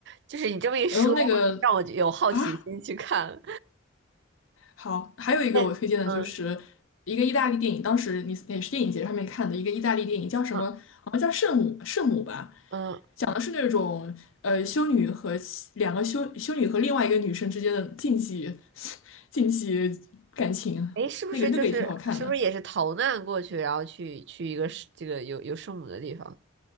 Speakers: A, on the right (about 60°); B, on the left (about 75°).
A: 就是你这么一说，
B: 然后那个
A: 让我有好奇心去看。
B: 啊，好，还有一个我推荐的就是一个意大利电影，
A: 哎，嗯
B: 当时你也是电影节上面看的一个意大利电影，叫什么？
A: 嗯
B: 好像叫《圣母》，圣母吧，
A: 嗯，
B: 讲的是那种呃修女和其两个修修女和另外一个女生之间的禁忌 <laughs> 禁忌感情，
A: 哎，是不是就是是不是也是逃难过去，
B: 那个那个也挺好看的。
A: 然后去去一个是这个有有圣母的地方？